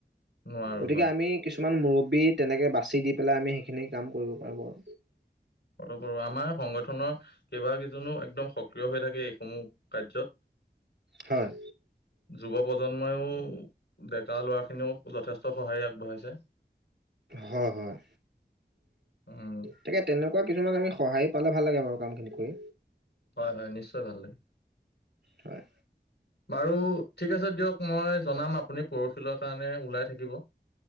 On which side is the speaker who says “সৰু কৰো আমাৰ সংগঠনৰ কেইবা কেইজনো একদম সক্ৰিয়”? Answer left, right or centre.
Left